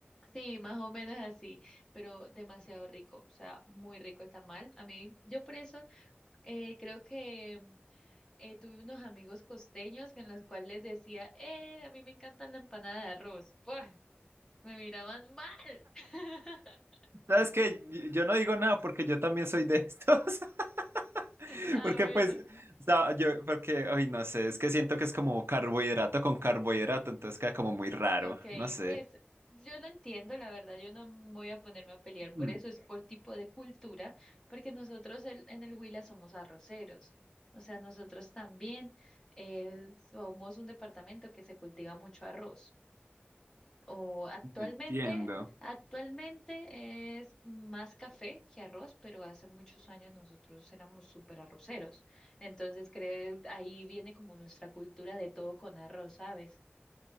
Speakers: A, on the left; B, on the right.
A: sí, más o menos así, pero demasiado rico, o sea, muy rico el tamal. A mí, yo por eso eh, creo que mm, eh, tuve unos amigos costeños que en los cuales les decía, eh, a mí me encanta la empanada de arroz. Pues, me miraban mal. <laughs>
B: ¿Sabes que Yo yo no digo nada porque yo también soy de <laughs> estos. <laughs>
A: Ah,
B: Porque
A: bueno.
B: pues, o sea, yo, porque, ay, no sé, es que siento que es como carbohidrato con carbohidrato, entonces queda como muy raro,
A: Ok,
B: no sé.
A: pues yo lo entiendo, la verdad, yo no me voy a ponerme a pelear por
B: Mm,
A: eso, es por tipo de cultura, porque nosotros el- en el Huila somos arroceros, o sea, nosotros también eh, somos un departamento que se cultiva mucho arroz, o actualmente,
B: Entiendo.
A: actualmente es más café que arroz, pero hace muchos años nosotros éramos súper arroceros, entonces creo ahí viene como nuestra cultura de todo con arroz, ¿sabes?